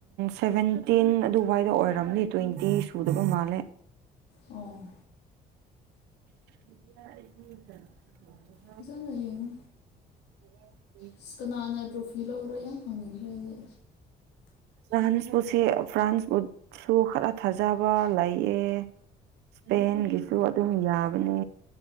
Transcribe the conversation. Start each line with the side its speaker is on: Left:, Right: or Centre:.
Right: ꯁꯦꯚꯦꯟꯇꯤꯟ ꯑꯗꯨꯋꯥꯏꯗ ꯑꯣꯏꯔꯝꯅꯤ ꯇ꯭ꯋꯦꯟꯇꯤ ꯁꯨꯗꯕ ꯃꯥꯜꯂꯦ
Left: ꯑꯣ
Right: <unintelligible>
Left: ꯐꯖꯟꯅ ꯌꯦꯡꯉꯣ
Right: <inaudible>
Left: ꯑꯁ ꯀꯅꯥꯅ ꯇ꯭ꯔꯣꯐꯤ ꯂꯧꯕꯔꯥ ꯌꯥꯝ ꯍꯪꯅꯤꯡꯈ꯭ꯔꯦ ꯑꯩꯗꯤ
Right: ꯐ꯭ꯔꯥꯟꯁꯄꯨꯁꯤ ꯐ꯭ꯔꯥꯟꯁꯄꯨꯁꯨ ꯈꯔ ꯊꯥꯖꯕ ꯂꯩꯌꯦ ꯏꯁꯄꯦꯟꯒꯤꯁꯨ ꯑꯗꯨꯝ ꯌꯥꯕꯅꯦ